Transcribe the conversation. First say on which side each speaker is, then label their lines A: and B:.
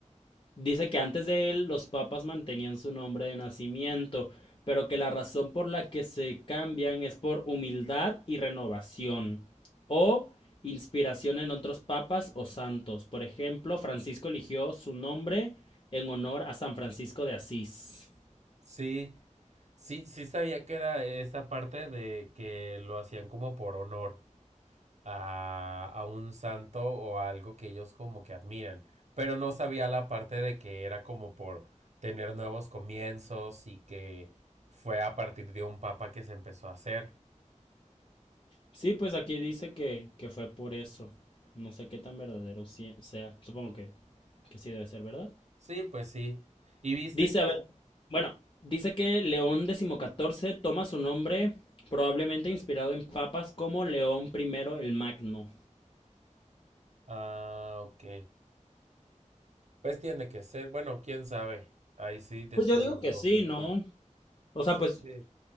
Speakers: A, on the left; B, on the right.
A: Dice que antes de él los papas mantenían su nombre de nacimiento, pero que la razón por la que se cambian es por humildad y renovación o inspiración en otros papas o santos. Por ejemplo, Francisco eligió su nombre en honor a San Francisco de Asís.
B: Sí, sí, sí sabía que era esa parte de que lo hacían como por honor. a, a un santo o a algo que ellos como que admiran, pero no sabía la parte de que era como por tener nuevos comienzos y que fue a partir de un papa que se empezó a hacer.
A: Sí, pues aquí dice que, que fue por eso. No sé qué tan verdadero sea. Supongo que, que sí debe ser verdad.
B: Sí, pues sí. Y viste
A: Dice,
B: que...
A: a ver, bueno, dice que León XIV toma su nombre probablemente inspirado en papas como León primero el Magno.
B: Ah, ok. Pues tiene que ser. Bueno, quién sabe. Ahí sí desconozco.
A: Pues yo digo que sí, ¿no? O sea,
B: Sí.
A: pues,